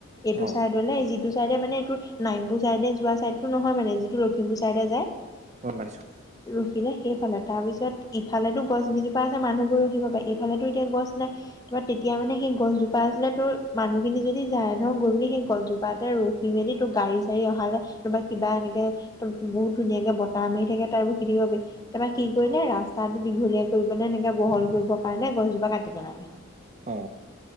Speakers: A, on the left; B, on the right.
A: এইটো
B: অ
A: চাইদ মানে যিটো চাইডে মানে এইটো নাইমপুৰ চাইডে যোৱা চাইডটো নহয় মানে যিটো লখিমপুৰ চাইডে যায়
B: গম পাইছোঁ।
A: ৰখিলে সেইফালে, তাৰপিছত ইফালেতো গছ কেইজোপা আছে মানুহবোৰ ৰখিব পাৰে ইফালেতো এতিয়া গছ নাই তোমাৰ তেতিয়া মানে সেই গছজোপা আছিলে তোৰ মানুহখিনি যদি যায় ন' গৈ পিনে সেই গছজোপাতে ৰ ৰখি মেলি তোৰ গাড়ী-চাৰী অহালে নহবা কিবা এনেকেম বহুত ধুনীয়াকে বটা মাৰি থাকে তাৰ <unintelligible> তাৰপৰা কি কৰিলে? ৰাস্তাটো দীঘলীয়া কৰিবলৈ এনেকে বহল কৰিব কাৰণে গছজোপা কাটি পেলালে।
B: অ।